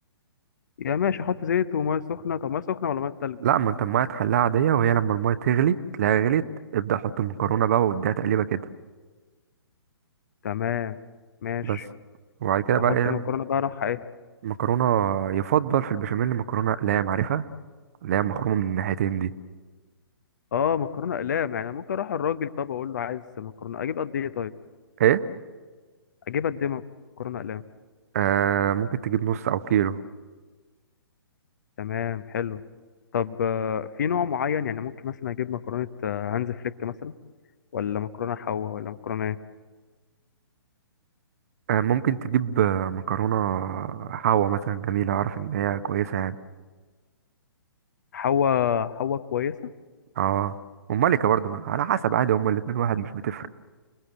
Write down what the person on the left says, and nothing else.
يا ماشي احط زيت وميه سخنة طب ميه سخنة ولا ميه تلج
تمام ماشي
واحط
مكرونة بقى اروح ايه
اه مكرونة اقلام يعني ممكن اروح الراجل طب اقول له عايز مكرونة اجيب قد ايه طيب
اجيب قد ايه مكرونة اقلام
تمام حلو طب آه، في نوع معين يعني ممكن مثلا اجيب مكرونة آه، هانز فليك مثلا ولا مكرونة حوا ولا مكرونة ايه
حوا حوا كويسة